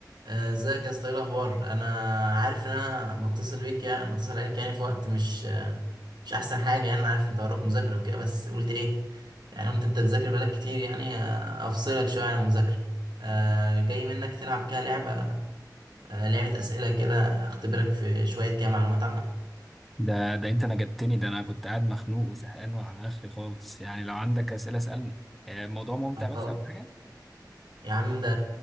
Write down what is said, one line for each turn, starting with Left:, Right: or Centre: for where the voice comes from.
Right: آه، ازيك يا اسطى ايه الاخبار انا عارف ان انا متصل بيك يعني متصل عليك يعني في وقت مش آه، مش احسن حاجه يعني انا عارف انت وراك مذاكره وكده بس قلت ايه يعني قلت انت بتذاكر بقالك كتير يعني آه، افصلك شويه عن المذاكره آه، جاي منك تلعب كده لعبه آه، لعبه اسئله كده اختبرك في شويه كده معلومات عامه
Centre: ده ده انت نجدتني ده انا كنت قاعد مخنوق وزهقان وعلى اخري خالص يعني لو عندك اسئله اسالني آه، الموضوع ممتع
Right: طب خلاص
Centre: بس اهم حاجه
Right: يا عم ده